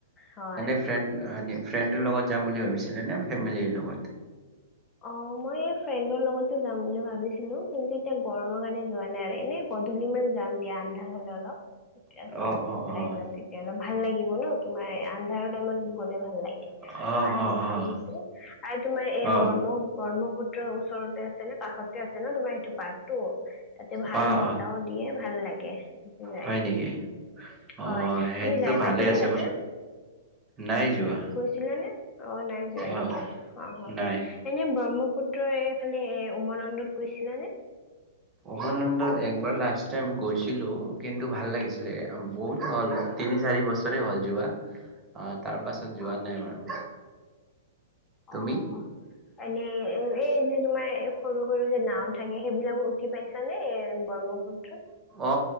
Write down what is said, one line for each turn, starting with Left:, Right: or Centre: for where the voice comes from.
Left: হয়
Right: এনে ফ্ৰেড ফ্ৰেণ্ডৰ লগত যাম বুলি ভাবিছিলা নে ফেমিলিৰ লগত
Left: অহ মই এই ফ্ৰেডৰ লগত যাম বুলি ভাবিছিলো কিন্তু এতিয়া গৰমৰ কাৰণে যোৱা নাই আৰু এনে গধূলি মান যাম দিয়া, আন্ধাৰ হ'লে অলপ। তেতিয়া
Right: অ',
Left: চাও
Right: অ', অ',
Left: ওলাই যাম তেতিয়া অলপ ভাল লাগিব ন তোমাৰ আন্ধাৰৰ টাইমত গ'লে ভাল লাগে।
Right: অ', অ', অ',
Left: পাৰ্কত ফুৰোতে আৰু তোমাৰ এ
Right: অ',
Left: ব্ৰহ্মপুত্ৰৰ ওচৰতে আছে নে কাষতে আছে ন তোমাৰ সেইটো পাৰ্কতটো তাতে ভাল
Right: অ', অ',
Left: বতাহ ওদিয়ে ভাল লাগে, তাতে যাই
Right: হয় নেকি? অ',
Left: হয়
Right: সেইটোতো
Left: তুমি যায়
Right: ভালে
Left: পাইছা নে
Right: আছে
Left: তাতে
Right: বাৰু নাই যোৱা
Left: গৈছিলানে অ নাই যোৱা নেকি,
Right: অ',
Left: অহ অহ
Right: নাই।
Left: এনে ব্ৰহ্মপুত্ৰৰ এইফালে এ উমানন্দত গৈছিল নে
Right: উমানন্দত একবাৰ লাষ্ট টাইম গৈছিলো কিন্তু ভাল লাগিছিলে বহুত হল তিনি চাৰি বছৰে হল যোৱা অ তাৰ পাছত যোৱা
Left: আচ্ছা
Right: নাই বাৰু। তুমি?
Left: অ এনে এই যে তোমাৰ সৰু সৰু যে নাও থাকে সেইবিলাকো উঠি পাইছানে ব্ৰহ্মপুত্ৰত
Right: অ